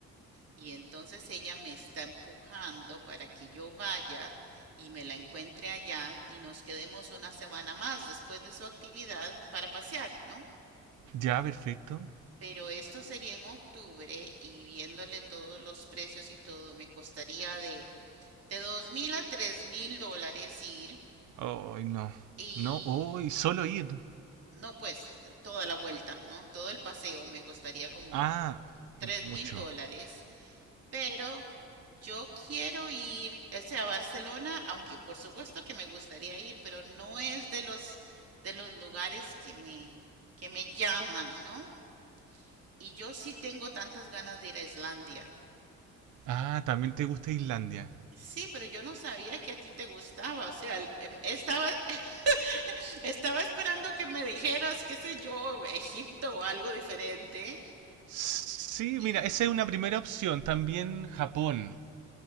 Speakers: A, on the right; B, on the right.
A: y entonces ella me está empujando para que yo vaya y me la encuentre allá y nos quedemos una semana más después de su actividad para pasear, ¿no?
B: Ya, perfecto.
A: Pero esto sería en octubre y viéndole todos los precios y todo, me costaría de, de dos mil a tres mil dólares ir
B: Ay, no.
A: y
B: No, hoy solo ir.
A: no, pues toda la vuelta, ¿no? Todo el paseo me costaría como
B: Ah,
A: tres
B: mucho.
A: mil dólares, pero yo quiero ir, o sea, a Barcelona, aunque por supuesto que me gustaría ir, pero no es de los de los lugares que me que me llaman, ¿no? Y yo sí tengo tantas ganas de ir a Islandia.
B: Ah, también te gusta Islandia.
A: Sí, pero yo no sabía que a ti te gustaba, o sea, em, estaba, <laughs> estaba esperando que me dijeras, qué sé yo, Egipto o algo diferente.
B: Sí,
A: Y
B: mira, esa es una primera opción. También Japón.